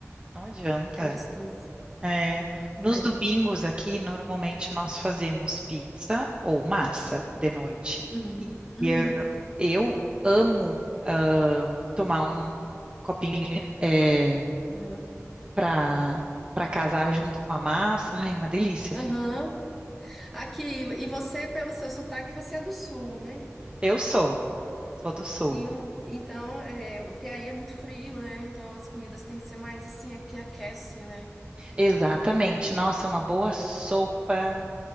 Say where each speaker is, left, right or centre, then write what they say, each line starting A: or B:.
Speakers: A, on the right; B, in the centre.
A: Não adianta.
B: É gostoso,
A: É, nos
B: né?
A: domingos aqui, normalmente nós fazemos pizza ou massa de noite.
B: Uhum, uhum,
A: E eu eu amo tomar um, um copinho é,
B: uhum.
A: para para casar junto com a massa. Ai, uma delícia,
B: Aham.
A: fica.
B: Aqui, e você, pelo seu sotaque, você é do sul, né?
A: Eu sou, sou do sul.
B: E eu- então, é, porque aí é muito frio, né? Então as comidas têm que ser mais assim, é que aquece, né?
A: Exatamente. Nossa, uma boa sopa.